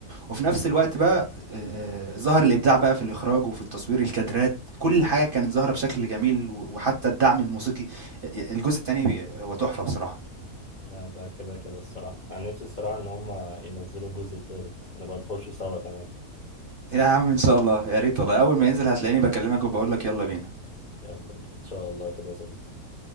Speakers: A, on the right (about 50°); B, on the left (about 60°).
A: وفي نفس الوقت بقى آه، آه، ظهر الابداع بقى في الاخراج وفي التصوير الكادرات كل حاجه كانت ظاهره بشكل جميل و- وحتى الدعم الموسيقي الجزء الثاني هو تحفه بصراحه
B: آه، ده كده كده الصراحة أنا نفسي الصراحة إن هما ينزلوا جزء تالت نبقى نخشوا سوا كمان
A: يا عم ان شاء الله يا ريت والله اول ما ينزل هتلاقيني بكلمك وبقول لك يلا بينا
B: يلا بينا إن شاء الله كده يا صديقي